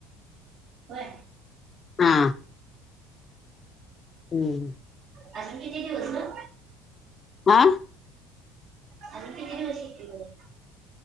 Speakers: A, on the right; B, on the left.
A: होय.
B: हा. हम्म
A: अजून किती दिवस ग.
B: आ
A: अजून किती दिवस <inaudible>